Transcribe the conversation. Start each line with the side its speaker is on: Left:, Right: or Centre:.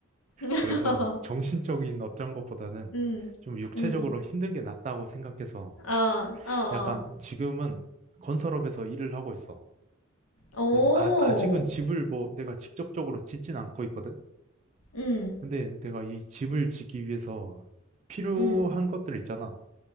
Left: <laughs>
Right: 그래서 정신적인 어떤 것보다는
Left: 응,
Right: 좀 육체적으로
Left: 응.
Right: 힘든 게 낫다고 생각해서
Left: 어, 어, 어.
Right: 약간 지금은 건설업에서 일을 하고 있어.
Left: 오,
Right: 그래서 아, 아직은 집을 뭐 내가 직접적으로 짓진 않고 있거든.
Left: 응,
Right: 근데 내가 이 집을 짓기 위해서 필요한
Left: 응,
Right: 것들 있잖아.